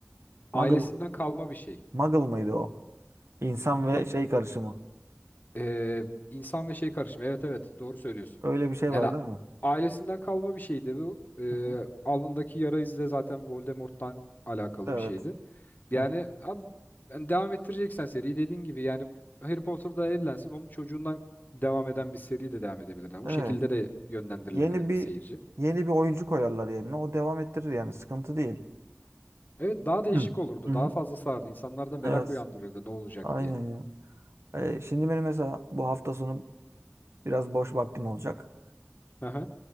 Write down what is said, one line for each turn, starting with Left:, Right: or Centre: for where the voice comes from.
Right: Muggle,
Left: ailesinden kalma bir şey.
Right: Muggle mıydı o? İnsan
Left: yok.
Right: ve şey karışımı.
Left: Ee, insan ve şey karışımı. Evet evet doğru söylüyorsun.
Right: Öyle bir şey
Left: Yani
Right: var değil mi?
Left: ailesinden kalma bir şeydi bu. Ee,
Right: Hı hı.
Left: alnındaki yara izi de zaten Voldemort'tan alakalı
Right: Evet.
Left: bir şeydi. Yani
Right: Hı hı.
Left: abi yani devam ettireceksen seriyi dediğin gibi yani Harry Potter da evlensin onun çocuğundan devam eden bir seri de devam edebilir. Yani o
Right: Evet.
Left: şekilde de yönlendirilebilirdi
Right: Yeni bir
Left: seyirci.
Right: yeni bir oyuncu koyarlar yerine. O devam ettirir yani sıkıntı değil.
Left: Evet daha değişik
Right: Hı.
Left: olurdu.
Right: Hı hı.
Left: Daha fazla sardı. İnsanlarda merak
Right: Evet.
Left: uyandırırdı ne olacak
Right: Aynen
Left: diye.
Right: ya. Ee, şimdi benim mesela bu hafta sonu biraz boş vaktim olacak.
Left: Hı hı.